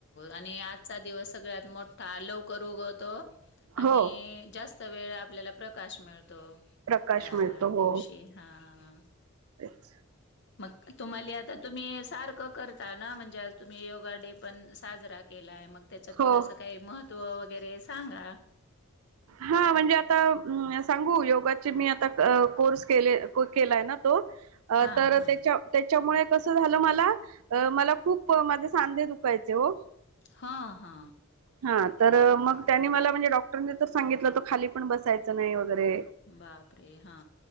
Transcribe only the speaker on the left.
आणि आजचा दिवस सगळ्यात मोठा लवकर उगवतो आणि
जास्त वेळ आपल्याला प्रकाश मिळतो
ह्या
दिवश शी हां
मग तुम्हाला आता तुम्ही सारखं करता ना म्हणजे आज तुम्ही योगा डे पण साजरा केलाय मग त्याच
थोडसं काही महत्व वगैरे सांगा
हा
हा
हा हा
बापरे हा